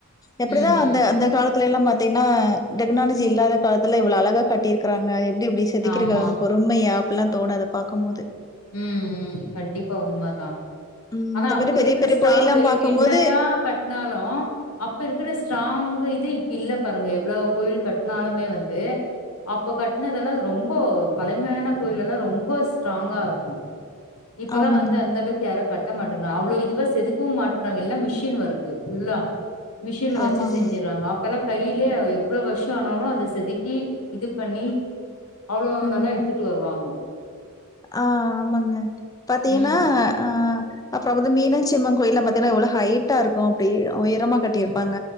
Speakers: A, on the left (about 15°); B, on the left (about 85°).
A: எப்டிதா
B: ம்ஹ்ம்.
A: அந்த அந்த காலத் துல்லா பாத்தீங்கன்னா டெக்னாலஜி இல்லாத காலத்துல இவ்ளோ அழகா கட்டிருக்கறாங்க எப்படி இப்படி செக்கக்கி
B: ஆமா.
A: இரூக்கிராங்க பெர்த்து உண்மையா அப்பெல்லா தோணாது பாக்கூ போது
B: உம் உம் கண்டிப்பா உண்ம தா
A: ம்
B: ஆனா
A: இந்த
B: அப்ப
A: மாரி பெரிய
B: இருக்குள
A: பெரிய
B: ஸ்ட்ராங்கு
A: கோயில்லா
B: இப்ப
A: பாக்கும்போது
B: என்னதா கட்னாலூ அப்ப இருக்கிற ஸ்ட்ராங் இது இப்ப இல்ல பாருங்க எவ்ளோ கோயில் கட்னாலுமே வந்து அப்போ கட்னதெலா ரொம்போ பழைமையான கோயிலலா ரொம்ப ஸ்ட்ராங்கா இருக் இப்பலா
A: ஆமாங்க.
B: வந்து அந்தளவ்க்கு யாரு கட்ட மாட்டன்றா அவ்ளோ இதுவா செதுக்வு மாட்டன்றாங்க எல்லா மிஷின் வரு இது ஃபுல்லா மெஷின்ல வச்சு
A: ஆமாமா.
B: செஞ்சுற்றாங்க இப்பெல்லா கையிலயே எவ்ளோ வருஷோ ஆனாலும் அதை செதுக்கி இது பண்ணி அவ்ளே
A: ம்.
B: நல்லா எடுத்துட்டு வருவாங்க
A: ஆ ஆமாங்க பாத்தீங்ன்னா
B: ம்,
A: ஆ அப்புறோ வந்து மீனாட்சி அம்மன் கோயில்ல பாத்தீங்கன்னா எவ்ளோ ஹைட்டா இருக்கூ அப்டியே உயரமா கட்டியிருப்பாங்க
B: ம்,